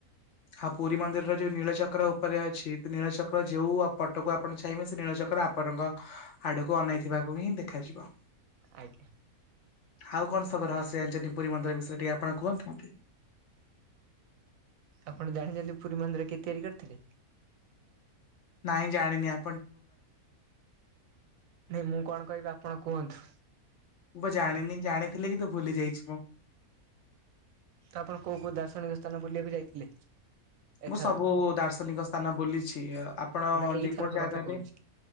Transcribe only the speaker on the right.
ଆଜ୍ଞା
ଆପଣ ଜାଣିଛନ୍ତି ପୁରୀ ମନ୍ଦିର କିଏ ତିଆରି କରିଥିଲେ।
ନାଇଁ ମୁଁ କଣ କହିବି ଆପଣ କୁହନ୍ତୁ।
ଆପଣ କୋଉ କୋଉ ଦାର୍ଶନିକ ସ୍ଥାନ ବୁଲିବାକୁ ଯାଇଥିଲେ। ଏଥର?
ନା ଏଇଥରକ
କଥା
କହୁଛି